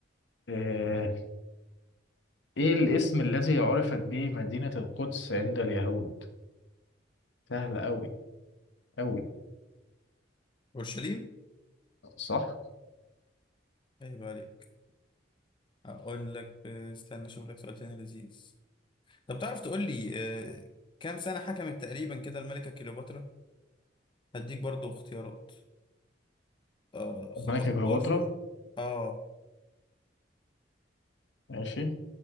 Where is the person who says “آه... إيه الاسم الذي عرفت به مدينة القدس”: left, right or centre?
Left